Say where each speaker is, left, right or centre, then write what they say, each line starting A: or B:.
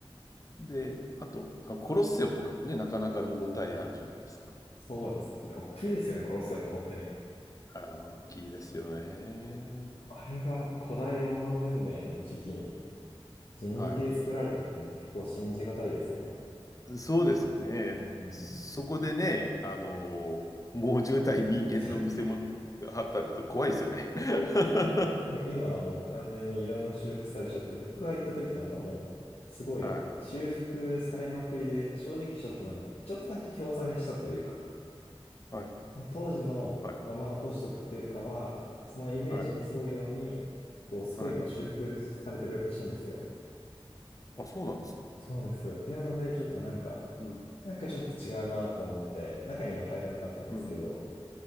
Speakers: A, on the left; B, on the left.
A: で、あと、あコロッセオとかもね、なかなか見応えあるじゃないですか。
B: あ、そうです。大きいですよね、コロッセオって本当に。
A: あー、大きいですよね。
B: あれが古代ローマ文明の時期に人力で作られたっていうの結構信じがたいですよね。
A: はい。そうですよね。
B: うん。
A: そこでね、あのー、猛獣対人間の見せ物があったりと怖いですよね。
B: <laughs>
A: <laughs>
B: なんか今はもう完全にいろんな修復されちゃって、僕が行った時なんかもう、すごい修復されまくりで、
A: はい、
B: 正直ちょっとなんか、ちょっとだけ興ざめしたというか、
A: はい、
B: 当時のまま残しとくっていうよりかは、
A: はい、
B: そのイメージに沿うように、
A: はい、
B: こう、すごい今修復されてるらしいんですよ。
A: はい。あ、そうなんですか。
B: そうです。っていうので、ちょっとなんか、
A: うん、
B: なんかちょっと違うなと思って、中には入らなかったんですけど、
A: うん。